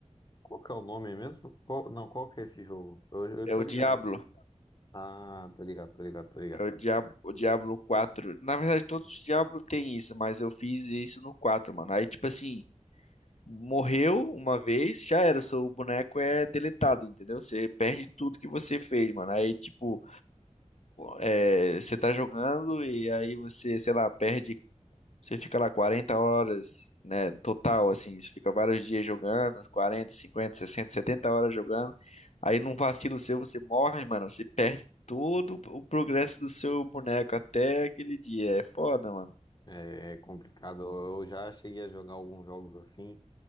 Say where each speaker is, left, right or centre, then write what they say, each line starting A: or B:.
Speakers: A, on the left; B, on the left.
A: qual que é o nome mesmo? Qual- não, qual que é esse jogo? Eu, eu
B: É
A: tô
B: o
A: ligado.
B: Diablo.
A: Ah, tô ligado, tô ligado, tô ligado.
B: É o Diablo, o Diablo quatro Na verdade, todos os Diablo têm isso, mas eu fiz isso no quatro mano. Aí, tipo assim, morreu uma vez, já era. O Seu boneco é deletado, entendeu? Você perde tudo que você fez, mano. Aí, tipo, é, você tá jogando e aí você, sei lá, perde você fica lá 40 horas, né, total, assim, você fica vários dias jogando, 40, 50, 60, 70 horas jogando. Aí num vacilo seu você morre, mano, você perde todo o progresso do seu boneco até aquele dia. É foda, mano.
A: É é complicado, eu eu já cheguei a jogar alguns jogos assim,